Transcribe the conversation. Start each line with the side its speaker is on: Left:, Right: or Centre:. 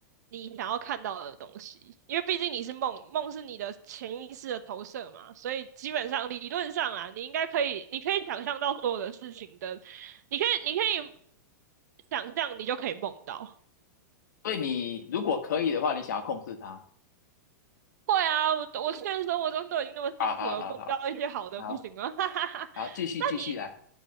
Right: 你想要看到的东西，因为毕竟你是梦，梦是你的潜意识的投射嘛，所以基本上理论上啊，你应该可以，你可以想象到所有的事情的，你可以，你可以想象，你就可以梦到。
Left: 所以你如果可以的话，你想要控制它。
Right: 会啊，我我现实生活中都已经那么辛苦了，
Left: 好好好好，
Right: 梦到一些好的不行吗？
Left: 好，
Right: <laughs> 哈哈哈。
Left: 好，继续继续来
Right: 那你，